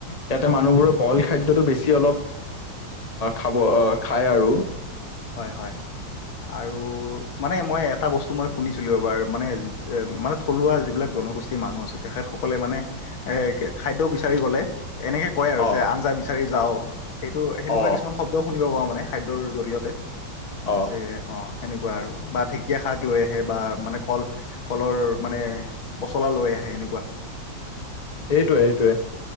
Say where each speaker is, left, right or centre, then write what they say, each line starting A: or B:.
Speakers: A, on the left (about 35°); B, on the left (about 80°).
A: ইয়াতে মানুহবোৰে বইল খাদ্যটো বেছি অলপ খাব খায় আৰু
B: হয়, হয়। আৰু মানে মই এটা বস্তু মই শুনিছিলো, এবাৰ মানে মানে থলুৱা যিবিলাক জনগোষ্ঠীৰ মানুহ আছে, তেখেতসকলে মানে এ খাদ্য বিচাৰি গ'লে এনেকে কয় আৰু
A: অ
B: যে আঞ্জা বিচাৰি যাওঁ। সেইটো সেনেকুৱা
A: অ
B: কিছুমান শব্দও শুনিব পাওঁ মানে। খাদ্যৰ জৰিয়তে
A: অ
B: যে অ' সেনেকুৱা আৰু বা ঢেঁকীয়া শাক লৈ আহে বা মানে কল কলৰ মানে পচলা লৈ আহে এনেকুৱা
A: সেইটোৱে সেইটোৱে